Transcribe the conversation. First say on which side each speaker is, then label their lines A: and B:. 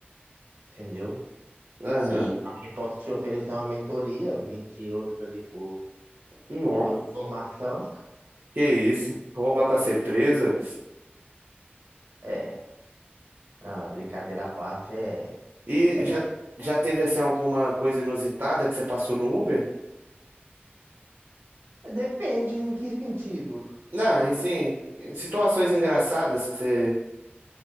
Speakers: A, on the right (about 80°); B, on the right (about 65°).
A: entendeu?
B: Aham.
A: E eu também posso te oferecer uma mentoria, 20 euros ali por,
B: Nossa.
A: por informação.
B: Que isso? Roubar pra ser preso? ué.
A: É. Não, é brincadeira à parte, é,
B: E
A: é bom.
B: já, já teve assim alguma coisa inusitada que você passou no Uber?
A: Depende em que sentido.
B: Não,
A: Inusi-
B: e sim, situações engraçadas que você,